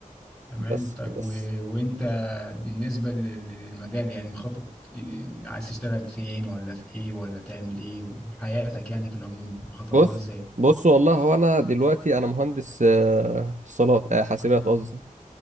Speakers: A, in the centre; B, on the right (about 60°).
A: تمام
B: بس
A: طب
B: بس
A: و... وانت بالنسبة لل- للمجال يعني مخطط آه، عايز تشتغل فين ولا في ايه ولا تعمل ايه وحياتك يعني في العموم مخطط
B: بص
A: لها ازاي
B: بص والله هو انا دلوقتي انا مهندس آه، اتصالات آه، حاسبات قصدي